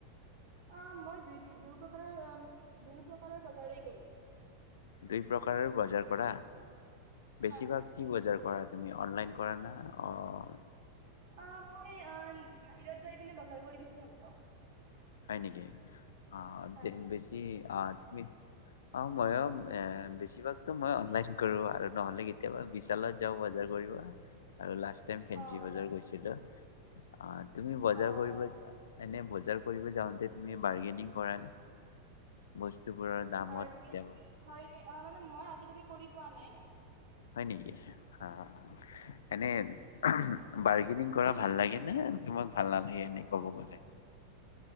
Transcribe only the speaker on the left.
দুই প্ৰকাৰৰ বজাৰ কৰা। বেছিভাগ
কি বজাৰ কৰা। তুমি অনলাইন কৰা না অঁ।
হয় নেকি অ
বেছি অ তুমি অ ম‌ইয়ো এ বেছিভাগতো মই অনলাইন কৰোঁ আৰু নহ'লে কেতিয়াবা বিশালত যাওঁ বজাৰ কৰিব আৰু লাষ্ট টাইম ফেঞ্চি
বজাৰ গৈছিলো অ তুমি বজাৰ
কৰিব যোৱা এনে বজাৰ কৰিব যাওঁতে তুমি বাৰ্গেনিং কৰা নে বস্তুবোৰৰ দামত
কেতিয়াবা
হয় নেকি অ এনে উমহ বাৰ্গেনিং কৰা ভাল লাগে নে তোমাক ভাল নালাগে এনে ক'ব গ'লে